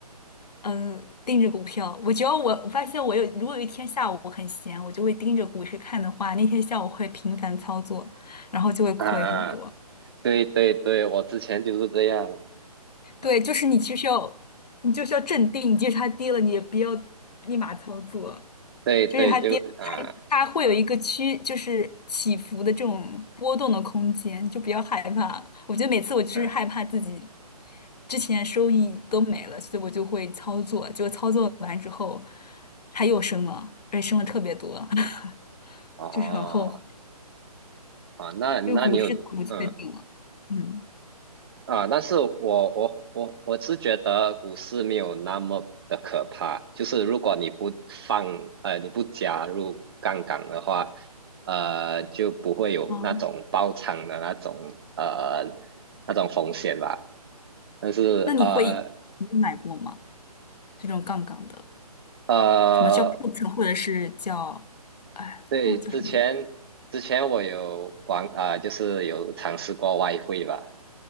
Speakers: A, on the left; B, on the right.
A: 嗯、盯着股票。我只要我我发现我有，如果有一天下午我很闲，我就会盯着股市看的话，那天下午会频繁操作，然后就会亏很多。
B: 啊。对对对，我之前就是这样，啊，
A: 对，就是你其实要，你就是要镇定，即使它跌了，你也不要立马操作。
B: 对对，
A: 就是它跌，
B: 就啊
A: 它它会有一个区，就是起伏的这种波动的空间，就不要害怕。我觉得每次我就是害怕自己
B: 啊
A: 之前收益都没了，所以我就会操作，结果操作完之后，它又升了，而且升了特别多，<laughs>
B: 哦
A: 就是很后悔，
B: 啊，那那你有嗯
A: 就是股市太不确定了。嗯，
B: 啊，但是我我我我是觉得股市没有那么的可怕，就是如果你不放呃你不加入杠杆的话，呃就不会有那种爆仓的那种呃
A: 哦，
B: 那种风险吧。但是呃
A: 那你会你有买过吗？这种杠杆的，
B: 呃，
A: 什么叫 put，或者是叫，哎，
B: 对，
A: 忘了叫什么名字。
B: 之前之前我有玩啊、就是有尝试过外汇吧，